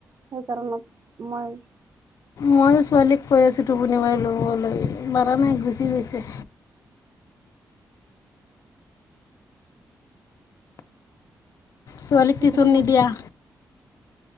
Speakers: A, on the right (about 45°); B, on the left (about 65°).
A: সেই কাৰণত মই
B: ময়ো ছোৱালীক কৈ আছো টোপনি মাৰি ল'বলৈ। মাৰ নাই গুচি গৈছে।
A: উম।
B: ছোৱালীক
A: টোপনি
B: টিছন নিদিয়া?
A: না